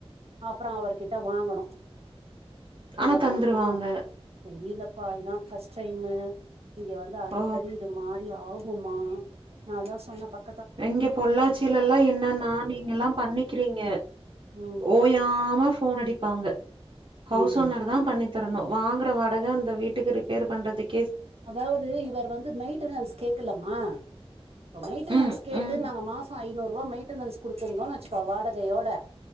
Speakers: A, on the right (about 75°); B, on the right (about 55°).
A: அப்பறோ அவர்கிட்ட வாங்கணு நல்லா
B: ஆனா
A: தனம்மா
B: தந்துருவாங்க.
A: தெரியலப்பா இதா ஃபஸ்ட்டு டைமு இங்க வந்து அடிக்கடி
B: ஓ!
A: இது மாரி ஆகுமா நா அதா சொன்னே பக்
B: எங்க பொள்ளாச்சில ல்லா என்னன்னா நீங்க எல்லா பண்ணிக்கிறீங்க
A: ம்
B: ஓயாம ஃபோன் அடிப்பாங்க ஹவுஸ்
A: ம்
B: ஓனர் தா பண்ணி தரணு வாங்குற வாடகை அந்த வீட்டுக்கு ரிப்பேர் பண்றதுக்
A: அதாவ்து இவர் வந்து மெய்டனன்ஸ் கேக்கலமா இப்ப மெயின்ட்டனன்ஸ்
B: ம்,
A: கேட்டு
B: ம்,
A: நாங்க மாசோ ஐநூறு ரூபா மெய் ட்டனன்ஸ் குடுத்துந்தோனு வச்சுக்கோ வாடகையோட